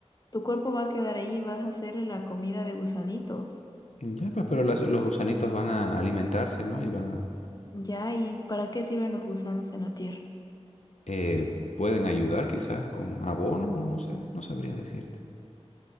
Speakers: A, on the left (about 35°); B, on the left (about 85°).
A: tu cuerpo va a quedar ahí, vas a hacer la comida de gusanitos.
B: Ya, pues, pero las- los gusanitos van a alimentarse, ¿no? Y van a...
A: Ya, ¿y para qué sirven los gusanos en la tierra?
B: eh, pueden ayudar quizás con abono, no sé, no sabría decirte.